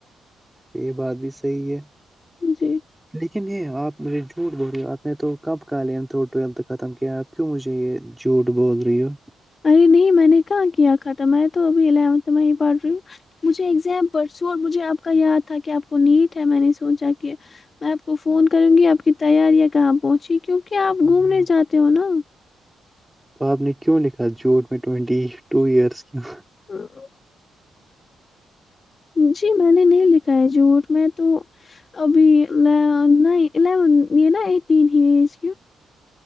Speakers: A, in the centre; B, on the left.
A: اچھا یہ بات بھی صحیح ہے
B: جی
A: لیکن یہ آپجے جھو بول رہی ہو آپ نے تو کب کاھ ٹو ختم کیا آپ کیوں مجھے یہ جھٹ بول رہی ہو
B: ارے نہیں میں نے کہ کیا ختم ہے تو ابھی الیونتھ میں ہی پڑھ رہی ہوں مجھے سیم پرسوں اور مجھے آپ کا یاد تھا کہ آپ کو نیٹ ہے میں نے سوچا کہ میں آپ کو فون کروں گی آپ کی تیاریاں کہاں پہنچی کیونکہ آپ
A: ہم،
B: گھومنے جاتے ہو نا
A: تو آپ نے کیوں لکھا جھوٹ میں ٹئونٹی ٹو ایئرس کیوں
B: <inaudible> جی میں نے نہیں لکھا ہے جھوٹ میں تو ابھی الیون یہ نا ایٹین ہی ایج کیوں